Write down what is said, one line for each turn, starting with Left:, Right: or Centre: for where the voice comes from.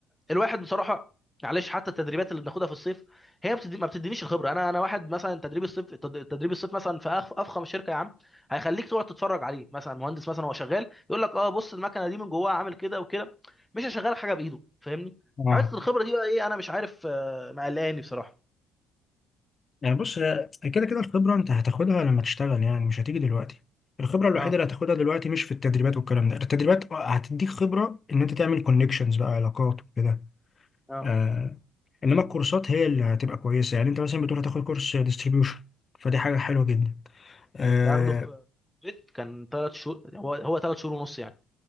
Centre: الواحد بصراحه معلش حتى التدريبات اللي بناخدها في الصيف هي بتدي ما بتدينيش الخبره انا انا واحد مثلا تدريب الصيف تد- تدريب الصيف مثلا في أخ- افخم شركه يا عم هيخليك تقعد تتفرج عليه مثلا مهندس مثلا هو شغال يقول لك اه بص المكنه دي من جواها عامل كده وكده مش هيشغلك حاجه بايده فاهمني
Left: اه
Centre: حته الخبره دي بقى ايه انا مش عارف آه، مقلقاني بصراحه
Left: يعني بص آه، كده كده الخبرة انت هتاخدها لما تشتغل يعني مش هتيجي دلوقتي الخبرة الوحيدة
Centre: اه
Left: اللي هتاخدها دلوقتي مش في التدريبات والكلام ده التدريبات هتديك خبرة ان انت تعمل كونكشنز بقى علاقات وكده
Centre: اه
Left: آه انما الكورسات هي اللي هتبقى كويسه يعني انت مثلا بتقول هتاخد كورس ديستريبيوشن فدي حاجه حلوه جدا اه
Centre: كنت هاخده في بيت، كان ثلاث شهور هو هو ثلاث شهور ونص يعني